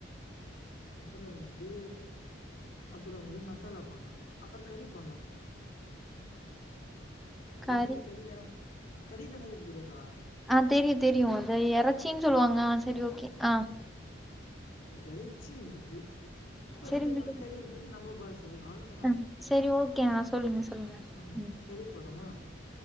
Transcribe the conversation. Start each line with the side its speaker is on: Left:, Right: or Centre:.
Left: அப்ரோ வந்து அப்ரோ வந்து மசாலா பண்ணோம் அப்ரோ கறி பண்ணோம்
Centre: கறி
Left: பிரியானி கரீதான கரீதான எது தெறியாதா
Centre: ஆ தெரியும் தெரியும் அது எறச்சினு சொல்லுவாங்க ஆ செரி ஓகே ஆ
Left: எறச்சின்றது ஒரு
Centre: சரி
Left: இது
Centre: மேடம்
Left: வழக் கறின்றது நம்ப பாச அவ்ளோதான்
Centre: ஆ சரி ஓகே ஆ சொல்லுங்க சொல்லுங்க
Left: உம்
Centre: ம்
Left: கரி போறமா